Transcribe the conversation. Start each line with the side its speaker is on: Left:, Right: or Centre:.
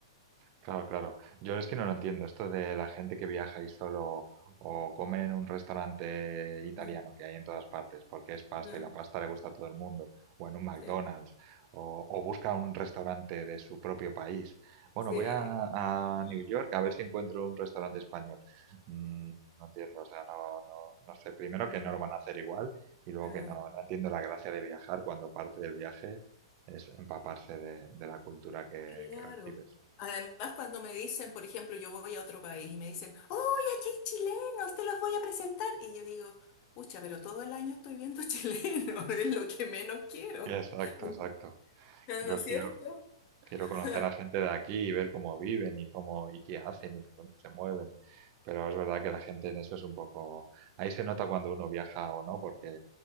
Right: Claro, claro. Yo es que no lo entiendo, esto de la gente que viaja y solo o comen en un restaurante italiano
Left: <laughs> Bueno,
Right: que hay en todas partes, porque es pasta
Left: ah,
Right: y la pasta le gusta a todo el mundo, o en un McDonald's,
Left: sí,
Right: o, o busca un restaurante de su propio país. Bueno,
Left: sí,
Right: voy a, a
Left: no.
Right: New York a ver si encuentro un restaurante español. Mm, no entiendo, o sea, no, no, no sé. Primero
Left: Mm,
Right: que no lo van a hacer igual y luego
Left: ah.
Right: que no, no entiendo la gracia de viajar cuando parte del viaje es empaparse de, de la cultura que
Left: Claro.
Right: que recibes.
Left: Además, cuando me dicen, por ejemplo, yo voy a otro país y me dicen, ¡Oye, aquí hay chilenos! Te los voy a presentar. Y yo digo, pucha, pero todo el año estoy viendo chilenos, <laughs> es lo que menos quiero.
Right: Exacto,
Left: <laughs>
Right: exacto.
Left: ¿No
Right: Quiero,
Left: es
Right: quiero,
Left: cierto?
Right: quiero conocer
Left: <laughs>
Right: a gente de aquí y ver cómo viven y cómo y qué hacen y por dónde se mueven. Pero es verdad que la gente en eso es un poco. Ahí se nota cuando uno viaja o no, porque